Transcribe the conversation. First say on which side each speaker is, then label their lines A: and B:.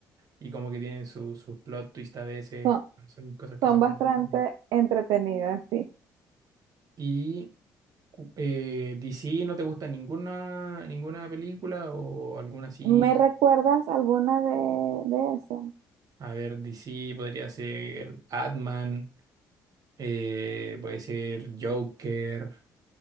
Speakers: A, on the right (about 55°); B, on the right (about 80°).
A: y como que tienen su- sus plot twist a veces,
B: son,
A: son cosas que
B: son
A: son
B: bastante
A: muy entretenidas.
B: entretenidas, sí.
A: ¿Y cu- eh, DC no te gusta ninguna, ninguna película o alguna así?
B: ¿Me recuerdas alguna de, de esas?
A: A ver, DC podría ser Batman. Eh, puede ser Joker,